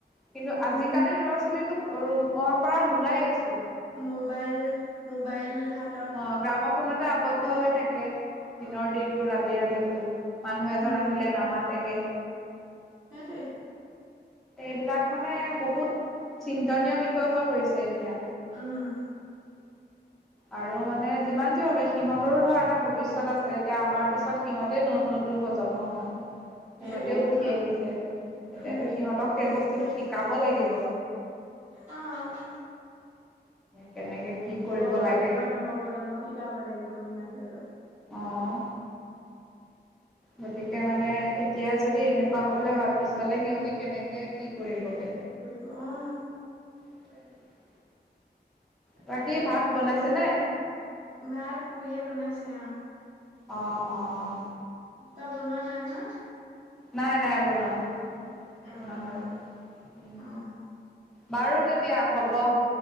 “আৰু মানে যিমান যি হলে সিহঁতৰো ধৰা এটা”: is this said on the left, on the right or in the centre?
Centre